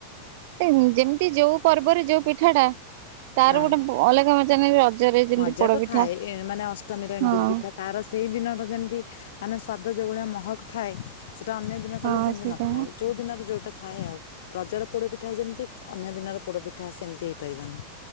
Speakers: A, on the right; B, on the left.
A: ଏ ଯେମିତି ଯୋଉ ପର୍ବରେ ଯୋଉ ପିଠା ଟା ତାର
B: ହଁ
A: ଗୋଟେ ଅଲଗା ମଜ ନା ରଜରେ ଯେମିତି
B: ମଜା
A: ପୋଡପିଠା
B: ତ ଥାଏ ଏ ମାନେ ଅଷ୍ଟମୀର ଏଣ୍ଡୁରି
A: ହଁ
B: ପିଠା। ତାର ସେଇ ଦିନର ଯେମିତି ମାନେ ସ୍ଵାଦ ଯୋଉ ଭଳିଆ ମହକ ଥାଏ। ସେଟା ଅନେକ ଦିନ କଲେ
A: ହଁ
B: ସେମିତି
A: ସେଇଟା
B: ନଥାଏ।
A: ହଉ
B: ଯୋଉ ଦିନ ର ଯୋଉଟା ଥାଏ ଆଉ। ରଜ ର ପୋଡ ପିଠା ଯେମିତି ଅନ୍ୟ ଦିନର ପୋଡ ପି ଠା ସେମିତି ହେଇପାରିବନି।